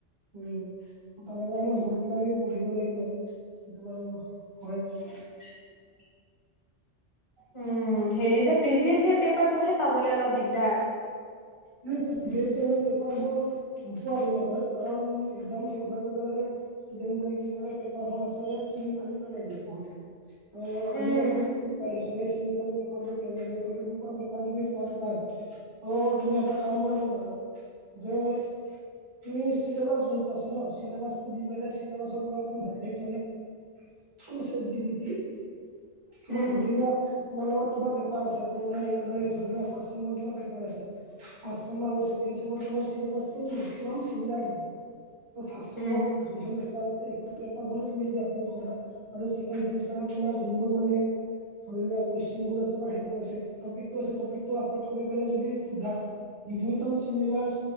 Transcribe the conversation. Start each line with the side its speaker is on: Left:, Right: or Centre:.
Right: উম, তাৰে কাৰণে বহুত কিবা - কিবি পঢ়িব লাগিব। সেইটো বাৰু হয়।
Left: <inaudible> উম, হেৰি যে প্ৰিভিয়াচে পেপাৰবোৰহে পাবলৈ অলপ দিগদাৰ।
Right: তুমি প্ৰিভিয়াচ য়েৰৰ পেপাৰবোৰ নোপোৱা তেনেকৈ কাৰণ একজাম শেষ হোৱাৰ লগে লগে। ষ্টুডেণ্টবোৰে কি কৰে, পেপাৰখন আছে চিঙি ফালি পেলাই দিয়ে বহুতে। ত'
Left: উম,
Right: আজিকালিটতো তেনেকুৱাই চবে চিঙি ফালি পেপাৰবোৰ পেলাই দিয়া ত তেনেকুৱা কে অ তুমি পোৱাটো টান, ত' তুমি এটা কাম কৰিব পাৰা যে, তুমি চিলেবাছ যোনটো আছে ন, চিলেবাছটো দি পেলাই চিলেবাছ ৰ পৰা তুমি ডাইৰেক্ট মানে, চ চেট জি পি তিৰ। তোমাৰ
Left: উম,
Right: ধৰি লোৱা তোমাৰ লগত কিবা পেপাৰ আছে। পুৰণা এয়া মানে ধৰি লোৱা ফাৰ্ষ্ট চেমৰ কিবা পেপাৰ আছে। ফাষ্ট চেমৰ আৰু চেকেন চেমৰ তোমাৰ চিলেবাছটো মেকচিমাম চিমিলাৰ থাকে। ত ফাষ্ট চেমৰ,
Left: উম,
Right: যোনখন পেপাৰ আছে সেইখন পেপাৰখনো তুমি যদি আপলদ কৰা। আৰু চেকেণ্ড চেমিষ্টাৰৰ তোমাৰ যোনবোৰ মানে। ধৰি লোৱা কুৱেশন বোৰ আছে বা সেইবোৰ আছে টপিক টো আছে টপিক টো আপলোড কৰি পেলাই যদি, সোধা গ্ৰেজুৱেট চন চিমিলাৰ